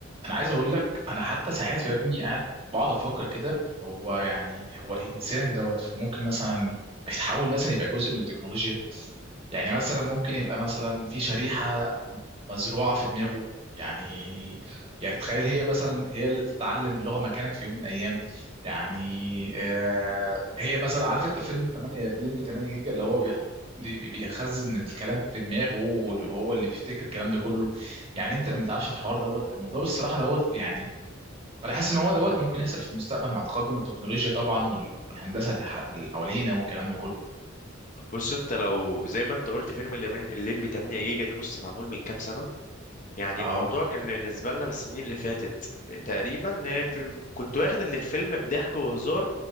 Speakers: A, on the right; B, on the left.
A: انا عايز اقول لك انا حتى ساعات يا ابني قاعد بقعد افكر كده هو يعني هو الانسان دوت ممكن مثلا يتحول مثلا يبقى جزء من التكنولوجيا يعني مثلا ممكن يبقى مثلا في شريحة مزروعة في دماغه يعني يعني تخيل هي مثلا هي اللي تتعلم اللغة مكانك في يوم من الأيام يعني آه هي مثلا عارف أنت فيلم 8 بلمبي 8 جيجا اللي هو بيحط بي- بي- بيخزن الكلام في دماغه وهو اللي بيفتكر الكلام ده كله يعني أنت لما تعرفش في الحوار دوت الموضوع بالصراحة دوت يعني أنا حاسس إن هو دوت ممكن يحصل في المستقبل مع تقدم التكنولوجيا طبعا وال- والهندسة اللي ح- اللي حوالينا والكلام ده كله
B: بص انت لو زي ما انت قلت فيلم الليمبي 8 جيجا ده بص معمول من كام سنة يعني
A: أه
B: الموضوع كان بالنسبة لنا من السنين اللي فاتت تقريبا آه، ب- كنت واخد ان الفيلم بضحك وهزار